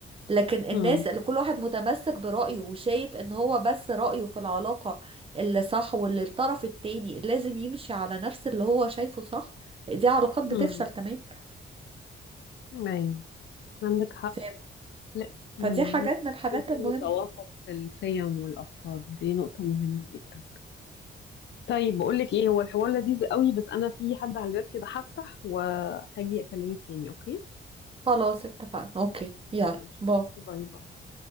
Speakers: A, on the right (about 30°); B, on the left (about 65°).
A: لكن الناس
B: مم.
A: اللي كل واحد متمسك برأيه وشايف ان هو بس رأيه في العلاقة اللي صح واللي الطرف التاني لازم يمشي على نفس اللي هو شايفه صح دي علاقات بتفشل
B: مم.
A: تمام
B: أيوة عندك حق
A: ف-
B: لا مم.
A: فدي حاجات
B: لازم
A: من الحاجات
B: يكون في
A: المهمة
B: توافق في القيم والأفكار دي نقطة مهمة جدا طيب بقول لك ايه هو الحوار لذيذ قوي بس انا في حد على الباب كده هفتح وهاجي اكلمك تاني اوكي
A: خلاص اتفقنا اوكي يلا
B: ماشي
A: باي
B: باي باي